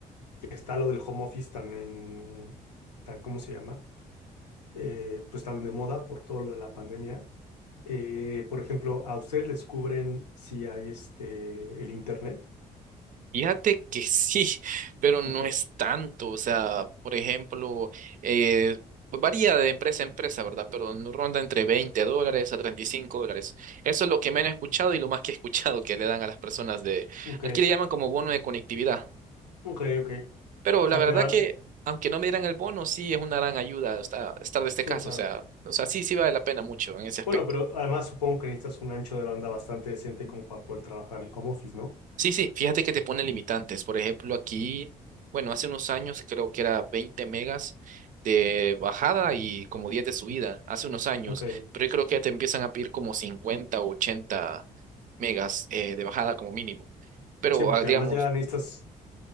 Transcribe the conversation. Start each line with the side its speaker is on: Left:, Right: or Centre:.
Left: que está lo del home office tan en, tan, ¿cómo se llama? Eh, pues tan de moda por todo lo de la pandemia. Eh, por ejemplo, ¿a ustedes les cubren si hay este, el internet?
Right: Fíjate que <laughs> sí, pero
Left: Ok,
Right: no es tanto. O sea, por ejemplo, eh, pues varía de empresa a empresa, ¿verdad? Pero no ronda entre 20 dólares a 35 dólares. Eso es lo que menos he escuchado y lo más que he escuchado que le dan a las personas de...
Left: ok,
Right: Aquí le llaman como bono de conectividad.
Left: ok, ok.
Right: Pero
Left: O sea,
Right: la verdad
Left: te dan...
Right: que, aunque no me dieran el bono, sí es una gran ayuda esta- estar de este
Left: Sí,
Right: caso.
Left: claro.
Right: O sea, o sea, sí, sí vale la pena mucho en ese aspecto.
Left: Bueno, pero además supongo que necesitas un ancho de banda bastante decente como para poder trabajar en home office, ¿no?
Right: Sí, sí, fíjate que te ponen limitantes. Por ejemplo, aquí, bueno, hace unos años creo que era 20 megas de bajada y como 10 de subida, hace unos años.
Left: Ok.
Right: Pero yo creo que ya te empiezan a pedir como 50 o 80 megas eh, de bajada como mínimo. Pero
Left: Sí, porque
Right: ah, digamos,
Left: además ya necesitas